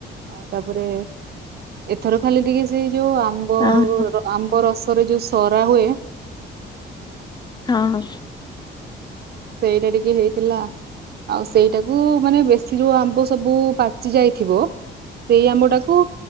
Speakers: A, on the right; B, on the left.
A: ଆଉ ତାପରେ ଏଥର ଖାଲି ଟିକେ ସେଇ ଯୋଉ ଆମ
B: ଅହୋ।
A: ଆମ୍ବ ରସରେ ଯୋଉ ସରା ହୁଏ।
B: ହଁ ହଁ।
A: ସେଇଟା ଟିକେ ହେଇଥିଲା। ଆଉ ସେଇଟାକୁ ମାନେ ବେଶୀ ଯୋଉ ଆମ୍ବ ସବୁ ପାଚି ଯାଇଥିବ। ସେଇ ଆମ୍ବ ଟାକୁ